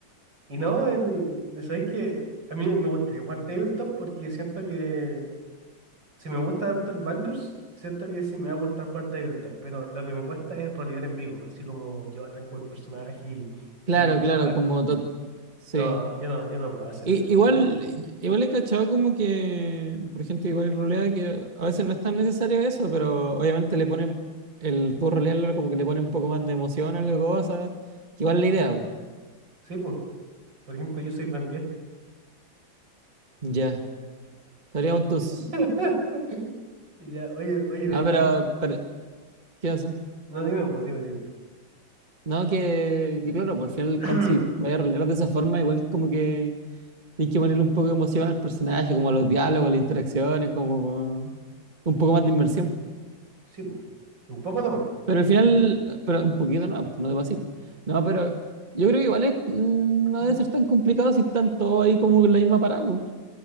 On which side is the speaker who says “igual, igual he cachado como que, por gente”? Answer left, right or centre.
Right